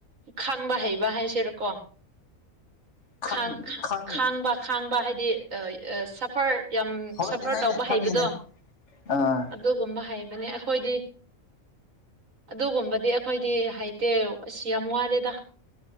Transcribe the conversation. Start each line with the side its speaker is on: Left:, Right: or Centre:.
Right: ꯈꯥꯡꯕ ꯍꯩꯕ ꯍꯥꯏꯁꯤꯔꯀꯣ
Left: ꯈꯟ
Right: ꯈꯥꯡ ꯈꯥ
Left: ꯈꯪ
Right: ꯈꯥꯡꯕ ꯈꯥꯡꯕ ꯍꯥꯏꯗꯤ ꯑꯑ ꯁꯐꯔ ꯌꯥꯝ
Left: ꯍꯣꯏꯅꯦ
Right: ꯁꯐꯔ
Left: ꯍꯣꯏꯅꯦ
Right: ꯇꯧꯕ
Left: ꯈꯪꯉꯤꯅꯦ
Right: ꯍꯩꯕꯗꯣ
Left: ꯑꯥ
Right: ꯑꯗꯨꯒꯨꯝꯕ ꯍꯩꯕꯅꯦ ꯑꯩꯈꯣꯏꯗꯤ ꯑꯗꯨꯒꯨꯝꯕꯗꯤ ꯑꯩꯈꯣꯏꯗꯤ ꯍꯩꯇꯦ ꯑꯁ ꯌꯥꯝ ꯋꯥꯔꯦꯗ